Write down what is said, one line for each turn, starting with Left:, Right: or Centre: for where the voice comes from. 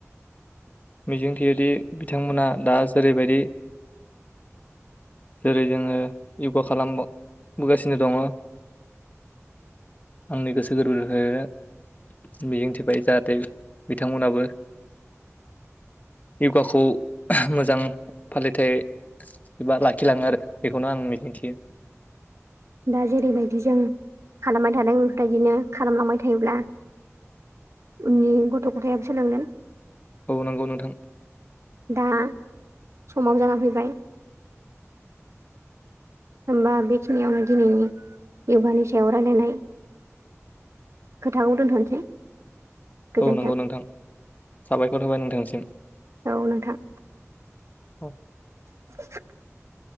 Left: मिजिंथियोदि बिथांमोना दा जेरैबायदि जेरै जोङो यगा खालामबोगासिनो दङ आंनि गोसो गोर्बो जो मिजिं थिबाय जाहाथे बिथांमोनहाबो यगाखौ मोजां फालिथाय एबा लाखिलाङो आरो बेखौनो आं मिजिंथियो।
Right: दा जेरैबायदि जों खालामबाय थादों बेफोरबायदिनो खालामलांबाय थायोब्ला उननि गथ' गथायाबो सोलोंगोन
Left: औ नोंगौ नोंथां।
Right: दा समाबो जाना फैबाय होमबा बेखिनियावनो दिनैनि य'गानि सायाव रायलायनाय। खोथाखौ दोनथ'नोसै। गोजोन्थों
Left: औ नंगौ नोंथां साबायखर थाबाय नोंथांसिम।
Right: औ नोंथां।
Left: औ
Right: <unintelligible>